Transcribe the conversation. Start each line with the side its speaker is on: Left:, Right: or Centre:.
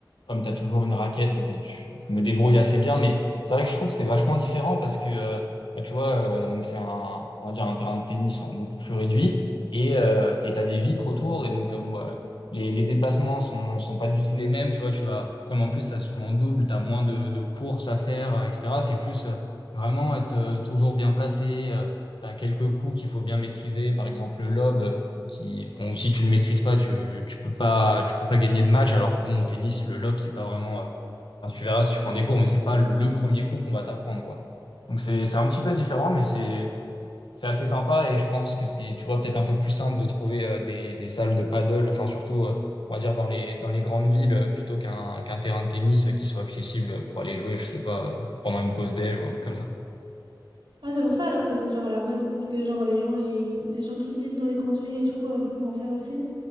Left: comme t'as toujours une raquette, bon, je je me débrouille assez bien, mais c'est vrai que je trouve que c'est vachement différent parce que, euh, bah, tu vois, euh, donc c'est un, on va dire un terrain de tennis en beaucoup plus réduit et, euh, et t'as des vitres autour et donc, euh, bon, bah, les, les dépassements sont, sont pas du tout les mêmes, tu vois, tu vas, comme en plus, ça se joue en double, t'as moins de, de courses à faire, euh, etc. C'est plus euh, vraiment être euh, toujours bien placé, euh, t'as quelques coups qu'il faut bien maîtriser, par exemple, le lob qui font, si tu le maîtrises pas, tu, tu peux pas, tu peux pas gagner de match. Alors que bon, au tennis, le lob, c'est pas vraiment, euh, enfin, tu verras si tu prends des cours, mais c'est pas le premier coup qu'on va t'apprendre, quoi. Donc c'est, c'est un petit peu différent, mais c'est, c'est assez sympa et je pense que c'est, tu vois, peut-être un peu plus simple de trouver euh, des, des salles de paddle, enfin, surtout, euh, on va dire dans les, dans les grandes villes, euh, plutôt qu'un, qu'un terrain de tennis euh, qui soit accessible pour aller louer, je sais pas, euh, pendant une pause déj ou un truc comme ça.
Right: Ouais, c'est pour ça alors que c'est genre à la mode. Parce que genre les gens et les gens qui vivent dans les grandes villes et tout euh, peuvent en faire aussi.